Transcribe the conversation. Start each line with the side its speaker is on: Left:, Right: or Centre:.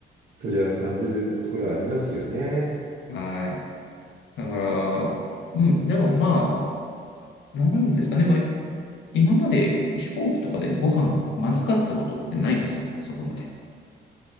Right: それは感じるところはありますよね。
Left: はい。だから、うん、でもまあ、なんですかね。まあ、今まで飛行機とかでご飯まずかったことってないですね。そこまで。